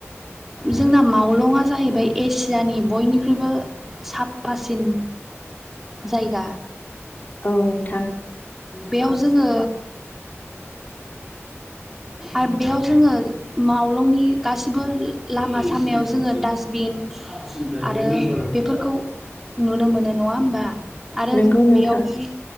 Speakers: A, in the centre; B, on the left.
A: जोंना मावलंङा जाहैबाय एसियानि बयनिख्रुइबो साफासिन जायगा
B: औ नोंथां
A: बेयाव जोंङो आरो बेयाव जोंङो मावलंनि गासैबो लामा सामायाव जोंङो डास्टबिन आरो बेफोरखौ नुनो मोनो नंङा होमबा। आरो
B: नंगौ नोंथां
A: बेयावहाय